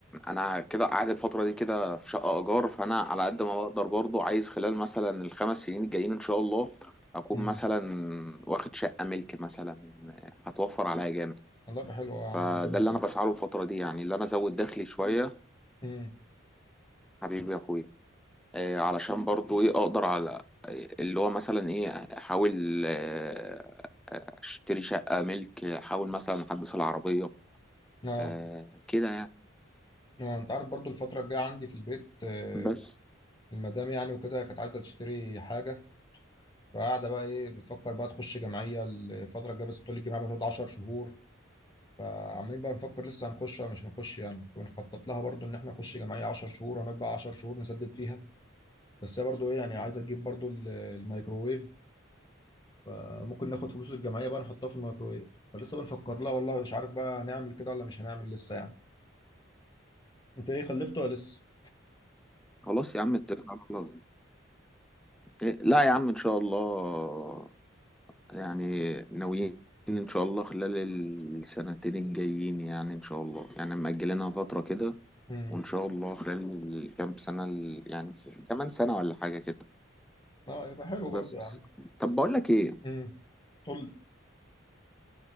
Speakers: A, in the centre; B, on the left.
A: انا كده قاعد الفتره دي كده في شقه ايجار فانا على قد ما بقدر برضو عايز خلال مثلا الخمس سنين الجايين ان شاء الله اكون
B: امم
A: مثلا واخد شقه ملك مثلا هتوفر عليا جامد
B: والله يبقى حلو أوي يا عم
A: فده
B: ربنا
A: اللي
B: يكرمك
A: انا بسعى له الفتره دي يعني اللي انا ازود دخلي شويه
B: امم
A: حبيبي يا اخويا آه، علشان برضو ايه اقدر على اللي هو مثلا ايه احاول آه، اشتري شقه ملك احاول مثلا احدث العربيه
B: اه
A: آه كده يعني
B: اه انت عارف برضو الفترة الجاية عندي في البيت آه،
A: بس
B: المدام يعني وكده كانت عايزة تشتري حاجة فقاعده بقى ايه بتفكر بقى تخش جمعيه الفتره الجايه بس طول الجامعه بتقعد 10 شهور فعمالين بقى نفكر لسه هنخش ولا مش هنخش يعني وبنخطط لها برضو ان احنا نخش جمعيه 10 شهور وهنقعد بقى 10 شهور نسدد فيها بس هي برضو ايه يعني عايزه تجيب برضو ال- الميكروويف فممكن ناخد فلوس الجمعيه بقى نحطها في الميكروويف فلسه بنفكر لها والله مش عارف بقى هنعمل كده ولا مش هنعمل لسه يعني انت ايه خلفت ولا لسه؟
A: خلاص يا عم اتكل على الله إيه، لا يا عم ان شاء الله يعني ناويين ان شاء الله خلال السنتين الجايين يعني ان شاء الله يعني مأجلينها فترة كده
B: امم
A: وان شاء الله خلال الكام سنة ال- يعني س- كمان سنة ولا حاجة كده
B: اه يبقى حلو
A: بس
B: برضو يا عم
A: طب بقول لك ايه
B: امم قول لي